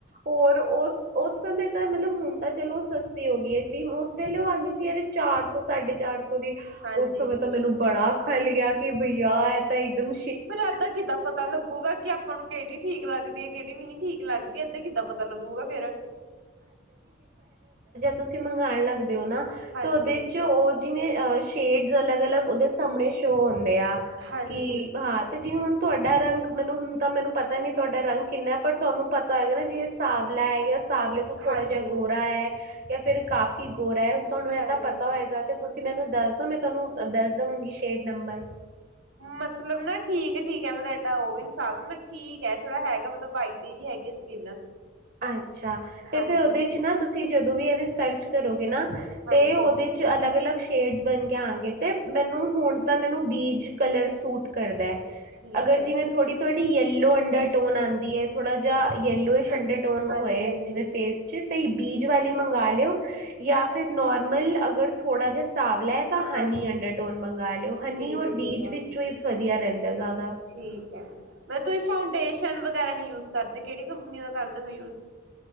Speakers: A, on the right; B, on the right.
A: ਹੋਰ ਉਸ ਉਸ ਸਮੇਂ ਤਾਂ ਮਤਲਬ ਹੁਣ ਤਾਂ ਚਲੋ ਸਸਤੀ ਹੋ ਗਈ ਏ ਕਰੀਮ, ਉਸ ਵੇਲੇ ਉਹ ਆਂਦੀ ਸੀ ਇਹ ਵੀ ਚਾਰ ਸੌ, ਸਾਢੇ ਚਾਰ ਸੌ ਦੀ।
B: ਹਾਂਜੀ
A: ਉਸ ਸਮੇਂ ਤਾਂ ਮੈਨੂੰ ਬੜਾ ਖਲ ਗਿਆ ਕਿ ਬਈਆ ਇਹ ਤਾਂ ਇੱਕ ਦਮ
B: ਫੇਰ ਏਦਾਂ ਕਿੱਦਾਂ ਪਤਾ ਲੱਗੁਗਾ ਕਿ ਆਪਾਂ ਨੂੰ ਕਿਹੜੀ ਠੀਕ ਲੱਗ ਲੱਗਦੀ ਹੈ ਕਿਹੜੀ ਨਹੀਂ ਠੀਕ ਲੱਗਦੀ ਇੱਧਾਂ ਕਿੱਦਾਂ ਪਤਾ ਲੱਗੂਗਾ ਫੇਰ
A: ਤੁਸੀ ਮੰਗਾਣ ਲੱਗ ਤੇ ਔ ਨ
B: ਹਾਂਜੀ
A: ਤੇ ਉਹਦੇ ਚ ਉਹ ਜਿਵੇਂ ਅਹ ਸ਼ੇਡ ਅਲੱਗ- ਅਲਗ ਉਹਦੇ ਸਾਹਮਣੇ ਸ਼ੋਅ ਹੁੰਦੇ ਆ
B: ਹਾਂਜੀ
A: ਕਿ ਹਾਂ, ਤੇ ਜਿਵੇਂ ਹੁਣ ਤੁਹਾਡਾ ਰੰਗ, ਮੈਨੂੰ ਹੁਣ ਤਾਂ ਮੈਨੂੰ ਪਤਾ ਨਹੀਂ ਤੁਹਾਡਾ ਰੰਗ ਕਿੰਨਾ ਏ, ਪਰ ਤੁਹਾਨੂੰ ਪਤਾ ਹੋਏਗਾ ਨਾ ਜਿਵੇਂ ਸਾਂਵਲਾ ਹੈਗਾ ਸਾਵਲੇ ਤੋਂ ਥੋੜਾ
B: ਹਾਂਜੀ
A: ਜਿਹਾ ਗੋਰਾ ਹੈ ਜਾਂ ਫਿਰ ਕਾਫੀ ਗੋਰਾ ਹੈ ਤੁਹਾਨੂੰ ਇਹ
B: ਹਾਂਜੀ
A: ਤਾਂ ਪਤਾ ਹੋਏਗਾ ਤੇ ਤੁਸੀਂ ਮੈਨੂੰ ਦੱਸਦੋ, ਮੈਂ ਤੁਹਾਨੂੰ ਦੱਸ ਦੇਵਾਂਗੀ ਸ਼ੇਡ ਨੰਬਰ।
B: ਮਤਲਬ ਨਾ ਠੀਕ ਹੈ ਠੀਕ ਹੈ ਮਤਲਬ ਏਡਾ ਔ ਵੀ ਨੀ ਮਤਬ ਠੀਕ ਹੈ ਥੋੜਾ ਹੈਗਾ ਮਤਲਬ ਵਾਈਟ ਜਹੀ ਹੈਗੀ ਸਕਿੰਨ।
A: ਅੱਛਾ ਤੇ
B: ਹਾਂਜੀ
A: ਫੇਰ ਉਹਦੇ ਚ ਨਾ ਤੁਸੀ ਤੁਸੀਂ ਜਦੋਂ ਵੀ ਇਹਦੇ ਸਰਚ ਕਰੋਗੇ ਨਾ
B: ਹਾਂਜੀ
A: ਤੇ ਉਹਦੇ ਚ ਅਲੱਗ- ਅਲੱਗ ਸ਼ੇਡਸ ਬਣ ਕੇ ਆਣਗੇ ਤੇ ਮੈਨੂੰ ਹੁਣ ਤਾਂ ਮੈਨੂੰ ਬੀਜ ਕਲਰ ਸੂਟ ਕਰਦਾ ਹੈ।
B: ਠੀਕ
A: ਅਗਰ
B: ਹੈ
A: ਜਿਵੇਂ ਥੋੜ੍ਹੀ-ਥੋੜੀ ਦੀ ਯੇਲੋ ਅੰਡਰ ਟੋਨ ਆਉਂਦੀ ਹੈ ਥੋੜਾ ਜਾ ਯੈਲੋਇਸ਼ ਅੰਡਰ ਟੋਨ ਹੋਏ
B: ਹਾਂਜੀ ਹਾਂਜੀ
A: ਜਿਵੇਂ ਫੇਸ ਚ ਬੀਜ ਵਾਲੀ ਮੰਗਾ ਲਿਓ ਜਾਂ ਫੇਰ ਨੋਰਮਲ ਅਗਰ ਥੋੜਾ ਜਿਹਾ ਸਾਫ਼ ਲੈ ਤਾਂ ਹਨੀ
B: ਹਾਂਜੀ
A: ਅੰਡਰਟੋਨ ਮੰਗਾ ਲਿਓ, ਹਨੀ
B: ਠੀਕ
A: ਔਰ
B: ਹੈ ਠੀਕ
A: ਬੀਚ
B: ਹੈ
A: ਵਿੱਚੋਂ ਹੀ ਵਧੀਆ ਰਹਿੰਦਾ ਜਾ
B: ਠੀਕ ਐ ਮੈਂ ਕਿਹਾ ਤੁਸੀਂ ਫਾਊਂਡੇਸ਼ਨ ਵਗੈਰਾ ਨੀ ਯੂਜ ਕਰਦੇ, ਕਿਹੜੀ ਕੰਪਨੀ ਦਾ ਕਰਦੇ ਹੋ ਯੂਜ